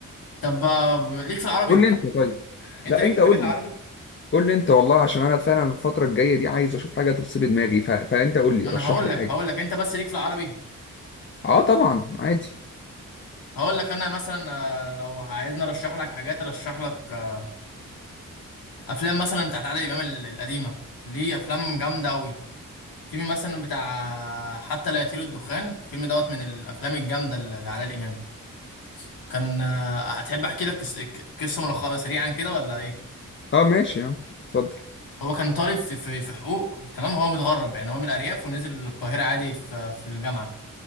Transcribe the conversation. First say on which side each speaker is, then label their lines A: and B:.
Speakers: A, on the left; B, on the left.
A: طب آه، ليك في العربي
B: قول لي أنت طيب
A: انت
B: لا
A: ليك
B: أنت
A: في الحاجات
B: قول
A: العربي
B: لي قول لي أنت والله عشان أنا فعلا الفترة الجاية دي عايز أشوف حاجة تفصل دماغي ف... فأنت قول لي
A: ما
B: رشح
A: انا هقول
B: لي حاجة
A: لك هقول لك انت بس ليك في العربي
B: آه طبعا عادي
A: هقول لك انا مثلا آه، لو عايزني ارشح لك حاجات ارشح لك آه، افلام مثلا بتاعت عادل امام ال- القديمه ليه افلام جامده قوي فيلم مثلا بتاع آه، حتى لا يطير الدخان الفيلم دوت من الافلام الجامده اللي لعادل امام كان آه، هتحب احكي لك قص- قصه ملخص سريعا كده ولا ايه
B: آه ماشي يا عم اتفضل
A: هو كان طالب في في في حقوق تمام هو متغرب يعني هو من الأرياف ونزل القاهرة عادي في في الجامعة